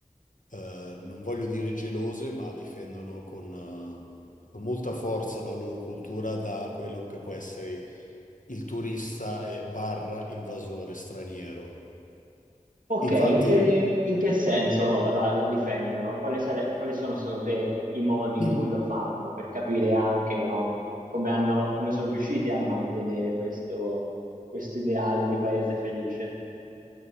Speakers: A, on the left; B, on the right.
A: eh, non voglio dire gelose, ma difendono con, eh, con molta forza la loro cultura da quello che può essere il turista e barra invasore straniero.
B: Ok,
A: Infatti,
B: in che, in che senso la, la difendono? Quali, sare- quali sono secondo te i modi in
A: <clears throat>
B: cui lo fanno per capire anche, no, come hanno, come sono riusciti a mantenere questo, questo ideale di paese felice?